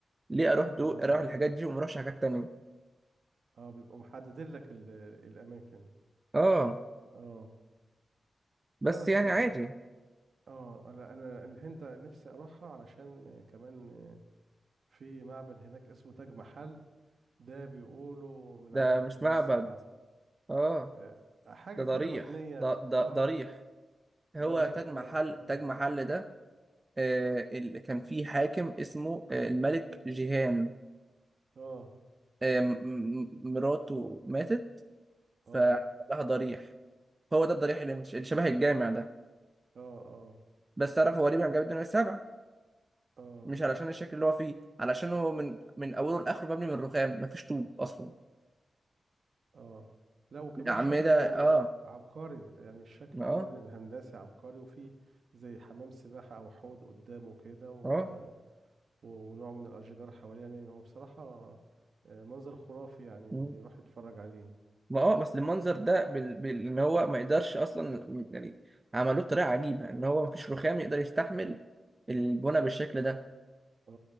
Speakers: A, on the right; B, on the right.
A: ليه أروح دو
B: اه
A: أروح الحاجات دي وما أروحش حاجات تانية
B: اه بيبقوا محددين لك ال- الأماكن
A: اه
B: اه
A: بس
B: لا بس
A: يعني
B: ب...
A: عادي
B: اه انا انا الهند نفسي اروحها علشان كمان في معبد هناك اسمه تاج محل ده بيقولوا من
A: ده
B: عجائب
A: مش
B: الدنيا
A: معبد
B: السبع
A: اه
B: آه، حاجة
A: ده
B: كده
A: ضريح
B: مبنية
A: ده ده
B: اه
A: ضريح هو
B: ضريح
A: تاج
B: اه
A: محل
B: اه
A: تاج محل ده آه، اللي كان في حاكم اسمه آه، الملك جيهان
B: اه
A: آه، م- م- مراته ماتت فلها
B: اه
A: ضريح هو ده الضريح اللي مش- اللي شبه الجامع ده
B: اه اه
A: بس تعرف هو ليه بيعمل جامعة الدنيا السبع
B: اه
A: مش علشان الشكل اللي هو فيه علشان هو من من اوله لاخره مبني من رخام مفيش طوب اصلا
B: اه لا وكمان
A: الأعمدة
B: شكله
A: اه
B: عبقري يعني الشكل
A: اه
B: كمان الهندسي عبقري وفي زي حمام سباحة أو حوض قدامه كده و-
A: اه
B: ونوع من الأشجار حواليه يعني هو بصراحة آه، منظر خرافي يعني اللي
A: مم.
B: يروح يتفرج عليه
A: ما اه بس المنظر ده بال... بال... ان هو ما يقدرش اصلا يعني عملوه بطريقه عجيبه ان هو مفيش رخام يقدر يستحمل البنى بالشكل ده
B: اه